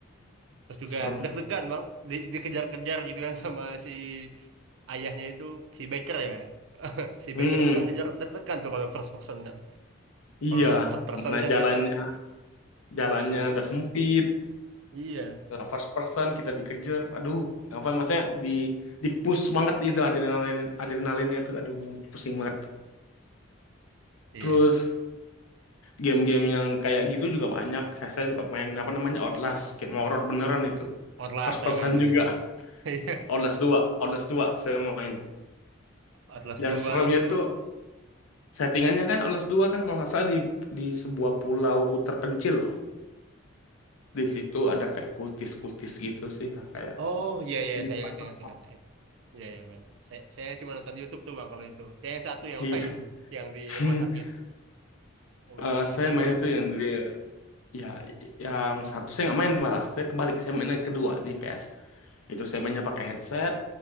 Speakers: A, on the right; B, on the left.
A: Terus
B: serem
A: juga deg-degan bang, di, dikejar-kejar gitu kan sama si ayahnya itu si Baker ya. <laughs> Si
B: hmm
A: Baker itu kan ngejar deg-degan tuh kalau first person kan.
B: iya
A: Kalau third person
B: mana
A: kan
B: jalannya
A: kita lari
B: jalannya
A: enak.
B: udah sempit
A: Iya,
B: first person kita dikejar aduh apa maksudnya di di push banget itu adrenalin adrenalinnya tuh aduh pusing banget
A: iya.
B: terus game-game yang kayak gitu juga banyak kayak saya juga main apa namanya Outlast game horror beneran itu
A: Outlast
B: first
A: saya
B: person
A: main juga
B: juga
A: tuh bang. <laughs> Iya.
B: Outlast dua, Outlast dua saya main
A: Atlas
B: yang
A: 2
B: seremnya
A: itu
B: tuh settingannya kan Outlast dua kan kalau nggak salah di di sebuah pulau terpencil di situ ada kayak kultis-kultis gitu sih kayak
A: Oh iya iya
B: penyembah
A: saya ingat
B: sesat
A: ingat ingat. ingat. Iya iya main. Saya saya cuma nonton YouTube tuh bang kalau itu. Saya yang satu yang
B: iya
A: main yang di
B: <laughs>
A: rumah sakit. Rumah
B: Eh,
A: sakit
B: saya
A: jiwa.
B: main itu yang dia ya yang satu saya nggak main malah saya kebalik saya main yang kedua di PS itu saya mainnya pakai headset